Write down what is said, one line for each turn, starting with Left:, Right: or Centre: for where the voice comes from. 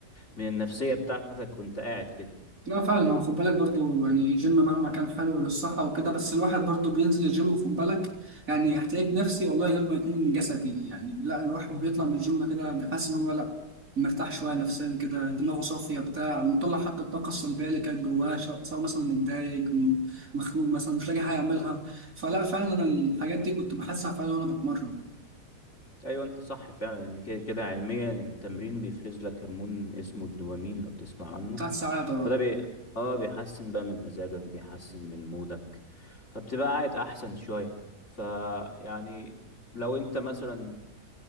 Left: من النفسية بتاعتك وانت قاعد كده
Right: لا فعلا هو خد بالك برضو يعني الجيم مهما كان حلو للصحة وكده بس الواحد برضو بينزل الجيم خد بالك يعني احتياج نفسي والله غير ما يكون جسدي يعني لا الواحد بيطلع من الجيم كده بيحس ان هو لا مرتاح شوية نفسيا كده دماغه صافية بتاع مطلع حتى الطاقة السلبية اللي كانت جواه شو- سواء مثلا متضايق م- مخنوق مثلا مش لاقي حاجة أعملها فلا فعلا أنا الحاجات دي كنت بحسها فعلا وأنا بتمرن
Left: ايوه انت صح فعلا ان كده كده علميا التمرين بيفرز لك هرمون اسمه الدوبامين لو تسمع عنه
Right: بتاعت ساعات
Left: فده بي... اه بيحسن بقى من مزاجك بيحسن من مودك فبتبقى قاعد احسن شوية فيعني لو انت مثلا